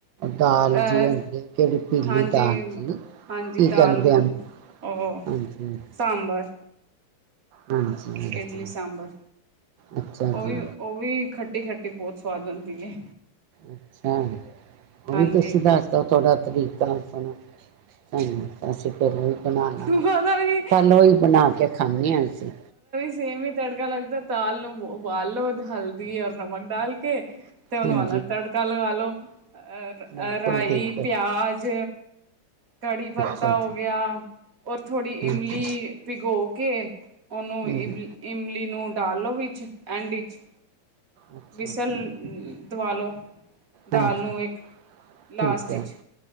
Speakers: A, on the right; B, on the right.
A: ਦਾਲ ਜੀਹੀ
B: ਅਹ
A: ਹੁੰਦੀ ਹੈ, ਕਿਹੜੀ ਪੀਲੀ
B: ਹਾਂਜੀ
A: ਦਾਲ ਜੀ,
B: ਹਾਂਜੀ
A: ਕੀ ਕਹਿੰਦੇ
B: ਦਾਲ ਉਹ
A: ਆ ਹਾਂਜੀ <unintelligible>
B: ਸਾਂਬਰ
A: ਹਾਂਜੀ ਹਾਂਜੀ
B: ਇਡਲੀ ਸਾਂਬਰ
A: ਅੱਛਾ
B: ਉਹ ਵੀ-ਉਹ
A: ਜੀ
B: ਵੀ, ਖੱਟੀ-ਖਟੀ ਤੇ ਬਹੁਤ ਸਵਾਦ ਬਣਦੀ ਹੈ।
A: ਅੱਛਾ। ਉਹ
B: ਹਾਂਜੀ
A: ਵੀ ਤੁਸੀਂ ਦੱਸ ਦੋ ਥੋੜਾ ਕਦੀ ਦਿਤਾ ਆਪਨਾ ਹਾਂਜੀ ਅਸੀ ਪਹਿਲੇ ਹੀ ਬਣਾ ਲਾਂਗੇ
B: ਉਹਦਾ ਵੀ
A: ਕੱਲ ਉਹੀ ਬਣਾ ਕੇ ਖਾਂਦੇ ਹਾਂ ਅਸੀਂ
B: ਜਿਵੇ ਹੀ ਤੜਕਾ ਲੱਗਦਾ ਦਾਲ ਨੂੰ ਉਬਾਲੋ ਹਲਦੀ ਔਰ ਨਮਕ ਡਾਲ ਕੇ ਤੇ ਉਹਨੂੰ
A: ਹਾਂਜੀ
B: ਅਲੱਗ ਤੜਕਾ ਲਗਾ ਲੋ ਔਰ
A: ਬਿਲਕੁਲ
B: ਰਾਈ
A: ਠੀਕ ਹੈ
B: ਪਿਆਜ ਕੜੀ ਪੱਤਾ
A: ਅੱਛਾ
B: ਹੋ
A: ਜੀ
B: ਗਿਆ। ਔਰ ਥੋੜੀ ਇਮਲੀ
A: ਹਾਂਜੀ
B: ਪਿਗੋ ਕਿ <unintelligible> ਉਹਨ ਵੀ
A: ਹਮ
B: ਇਮ ਇਮਲੀ ਨੂ ਡਾਲ ਲੋ ਵਿੱਚ ਐਂਡ ਵਿੱਚ
A: ਅੱਛਾ
B: ਵੀਸਲ
A: ਅੱਛਾ
B: ਦਵਾਲੋ ਦਾਲ
A: ਹਾਂਜੀ
B: ਨੂੰ ਇੱਕ ਲਾਸਟ
A: ਠੀਕ ਹੈ
B: ਵਿੱਚ